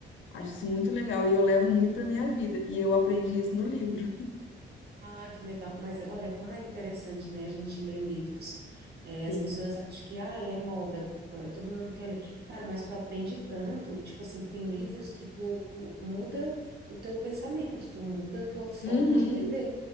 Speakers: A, on the left; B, on the right.
A: Acho
B: Tudo,
A: isso
B: né?
A: muito legal e eu levo muito pra minha vida. E eu aprendi isso no livro.
B: Ah, que legal. Mas olha, como é interessante, né? A gente ler livros. É,
A: Sim.
B: as pessoas acham que, ah, é moda agora, todo mundo quer ler. Cara, mas tu aprende tanto, tipo assim, tem livros que tu muda o teu pensamento, tu muda a tua forma
A: Uhum.
B: de viver.